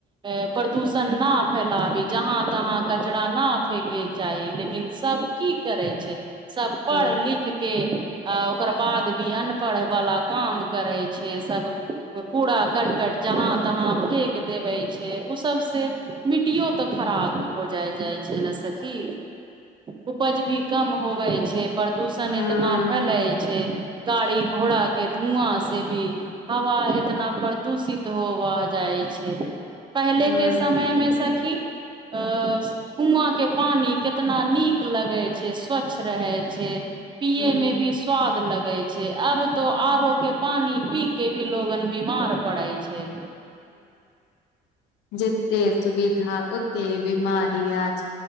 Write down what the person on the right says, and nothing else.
प्रदूषण न फैलावे जहाँ तहाँ कचड़ा न फेके जा ची लेकिन सब की करै छै सब पढ़
लिखके आ ओकर बाद भी अनपढ़ वला काम करै छै सब कूड़ा करकट जहाँ तहा फेेक देवे छै उ सब से मिट्टियो ते खराब हो जाय जाय छै न सखी उपज भी कम होवै छै दूषण एतना
फैलाइ छै गाड़ी घोड़ा के धुआँ से भी हवा इतना प्रदूषित होव जाय जाय छै पहिले
के समय मे सखी अ कुआँ के पानी केितना नीक लगे छै स्वच्छ रहे छै पिये
मे भी स्वाद लगे छै आब तो आरो के पानी पी के भी लोगन बीमार पड़ै छै